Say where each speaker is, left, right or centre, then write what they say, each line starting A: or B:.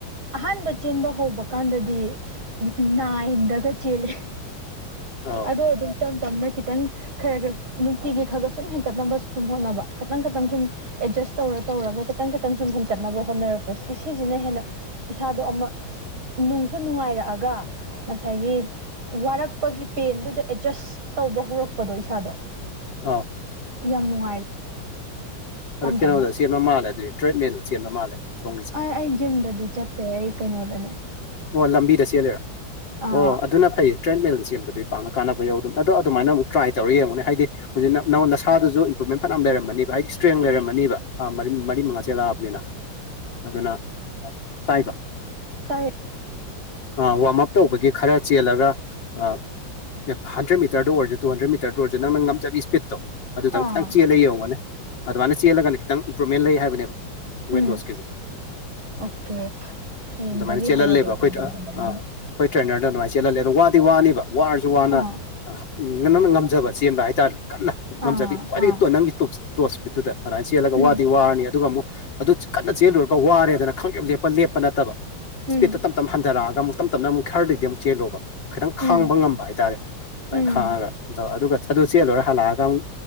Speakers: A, on the right; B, on the left.
A: ꯑꯍꯥꯟꯕ ꯆꯦꯟꯕ ꯍꯧꯕ ꯀꯥꯟꯗꯗꯤ ꯅꯥꯏꯟꯗꯒ ꯆꯦꯜꯂꯦ
B: ꯑꯧ
A: ꯑꯗꯣ ꯑꯗꯨꯝ ꯇꯝ ꯇꯝꯅ ꯈꯤꯇꯪ ꯈꯔ ꯈꯔ ꯅꯨꯡꯇꯤꯒꯤ ꯈꯔ ꯈ ꯁꯨꯝ ꯍꯦꯟꯒꯠꯅꯕ ꯁꯨꯝ ꯍꯣꯠꯅꯕ ꯈꯤꯇꯪ ꯇꯪ ꯁꯨꯝ ꯑꯦꯗꯖꯁ ꯇꯧꯔ ꯇꯧꯔꯒ ꯈꯤꯇꯪ ꯈꯤꯇꯪ ꯁꯨꯝ ꯍꯦꯟꯒꯠꯅꯕ ꯍꯣꯠꯅꯔꯛꯄ ꯁꯤꯁꯤꯅ ꯍꯦꯟꯅ ꯏꯁꯥꯗꯣ ꯑꯃ ꯅꯨꯡ ꯁ ꯅꯨꯡꯉꯥꯏꯔꯛꯑꯒ ꯉꯁꯥꯏꯒꯤ ꯋꯥꯔꯛꯄꯒꯤ ꯄꯦꯟꯗꯨꯗ ꯑꯦꯠꯖꯁ ꯇꯧꯕ ꯍꯧꯔꯛꯄꯗꯣ ꯏꯁꯥꯗꯣ
B: ꯑꯥ
A: ꯌꯥꯝ ꯅꯨꯡꯉꯥꯏꯔꯦ
B: ꯑꯗꯣ
A: ꯇꯞ
B: ꯀꯩꯅꯣꯗ
A: ꯇꯞꯅ
B: ꯁꯦꯝꯕ ꯃꯥꯂꯦ ꯑꯗꯨꯗꯤ ꯇ꯭ꯔꯦꯠꯃꯦꯟꯗ ꯁꯦꯝꯕ ꯃꯥꯜꯂꯦ ꯁꯣꯝꯒꯤ
A: ꯑꯦ ꯑꯩ ꯖꯤꯝꯗꯗꯤ ꯆꯠꯇꯦ ꯑꯩ ꯀꯩꯅꯣꯗꯅꯦ
B: ꯑꯣ ꯂꯝꯕꯤꯗ ꯆꯦꯜꯂꯦꯔ
A: ꯑꯥ
B: ꯑꯣ ꯑꯗꯨꯅ ꯐꯩꯌꯦ ꯇ꯭ꯔꯦꯠꯃꯦꯜꯗ ꯆꯦꯟꯕꯗꯤ ꯄꯥꯛꯅ ꯀꯥꯟꯅꯕ ꯌꯧꯗꯅ ꯑꯗꯣ ꯑꯗꯨꯃꯥꯏꯅꯨꯛ ꯇ꯭ꯔꯥꯏ ꯇꯧꯔꯒ ꯌꯦꯡꯉꯨꯅꯦ ꯍꯥꯏꯗꯤ ꯍꯧꯖꯤꯛꯅ ꯅꯪꯣꯟ ꯅꯁꯥꯗꯨꯁꯨ ꯏꯝꯄ꯭ꯔꯨꯚꯃꯦꯟ ꯐꯠꯌꯥꯝ ꯂꯩꯔꯝꯃꯅꯤꯕ ꯍꯥꯏꯗꯤ ꯏꯁꯇ꯭ꯔꯦꯡ ꯂꯩꯔꯝꯃꯅꯤꯕ ꯊꯥ ꯃꯔꯤ ꯃꯔꯤ ꯃꯉꯥꯥꯁꯦꯜꯂꯛꯑꯕꯅꯤꯅ ꯑꯗꯨꯅ ꯇꯥꯏꯕ
A: ꯇꯥꯏ
B: ꯑ ꯋꯥꯔꯝ ꯑꯞ ꯇꯧꯕꯒꯤ ꯈꯔ ꯆꯦꯜꯂꯒ ꯑ ꯑꯦ ꯍꯟꯗ꯭ꯔꯦꯠ ꯃꯤꯇꯔꯗ ꯑꯣꯏꯁꯨ ꯇꯨꯟꯗ꯭ꯔꯦꯠ ꯃꯤꯇꯔ ꯑꯣꯏꯔꯁꯨ ꯅꯪ ꯉꯝꯖꯕꯤ ꯏꯁꯄꯤꯠꯇꯣ ꯑꯗꯨꯗꯪ
A: ꯑꯥ
B: ꯈꯤꯇꯪ ꯆꯦꯜꯂ ꯌꯦꯡꯉꯅꯤ ꯑꯗꯨꯃꯥꯏꯅ ꯆꯦꯜꯂꯒꯅ ꯈꯤꯇꯪ ꯏꯝꯄ꯭ꯔꯨꯕꯃꯦꯟ ꯂꯩ ꯍꯥꯏꯕꯅꯦꯕ
A: ꯎꯝ
B: ꯋꯦꯠ ꯂꯣꯁꯀꯤꯁꯦ
A: ꯑꯣꯀꯦ ꯍꯌꯦꯡꯗꯒꯤ
B: ꯑꯗꯨꯃꯥꯏꯅ ꯆꯦꯜꯍꯜꯂꯦꯕ
A: ꯍꯧꯔꯒꯦ ꯑꯗꯨꯗꯤ
B: ꯑꯩꯈꯣꯏ
A: ꯑꯗꯨꯃꯥꯏꯅ
B: ꯑ ꯑꯩꯈꯣꯏ ꯇ꯭ꯔꯦꯅꯔꯗ ꯑꯗꯨꯃꯥꯏꯅ ꯆꯦꯜꯍꯜꯂꯦ ꯑꯗꯣ ꯋꯥꯗꯤ ꯋꯥꯅꯤꯕ ꯋꯥꯔꯁꯨ ꯋꯥꯅ
A: ꯑꯥ
B: ꯎꯝ ꯅꯪꯅ ꯉꯝꯖꯕ ꯆꯦꯟꯕ ꯍꯥꯏꯇꯥꯔꯦ ꯀꯟꯅ
A: ꯑꯥ
B: ꯉꯝꯖꯒꯦ ꯈ꯭ꯋꯥꯏꯗꯒꯤ
A: ꯑꯥ
B: ꯅꯪꯒꯤ ꯇꯣꯞꯁ ꯇꯣꯁ ꯃꯤꯦꯠꯇꯨꯗ ꯑꯗꯨꯃꯥꯏꯅ ꯆꯦꯜꯂꯒ
A: ꯎꯝ
B: ꯋꯥꯗꯤ ꯋꯥꯔꯅꯤ ꯑꯗꯨꯒ ꯑꯃꯨꯛ ꯑꯗꯨ ꯀꯟꯅ ꯆꯦꯜꯂꯨꯔꯒ ꯋꯥꯔꯦꯗꯅ ꯈꯪꯉꯦ ꯂꯦꯞꯄ ꯂꯦꯞꯄ ꯅꯠꯇꯕ ꯏꯁꯄꯤꯠꯇ
A: ꯎꯝ
B: ꯇꯞ ꯇꯞꯅ ꯍꯟꯊꯔꯛꯑꯒ ꯑꯃꯨꯛ ꯇꯞ ꯇꯞꯅ ꯑꯃꯨꯛ ꯈꯔꯗꯤ ꯑꯃꯨꯛ ꯆꯦꯜꯂꯣꯕ ꯈꯤꯇꯪ ꯈꯥꯡꯕ
A: ꯎꯝ
B: ꯉꯝꯕ ꯍꯥꯏꯇꯥꯔꯦ ꯑꯗꯨꯃꯥꯏꯅ
A: ꯎꯝ
B: ꯈꯥꯡꯉꯒ ꯇꯧ ꯑꯗꯨꯒ ꯑꯗꯨ ꯆꯦ ꯂꯣꯏꯔ ꯍꯜꯂꯛꯑꯒ ꯑꯃꯨꯛ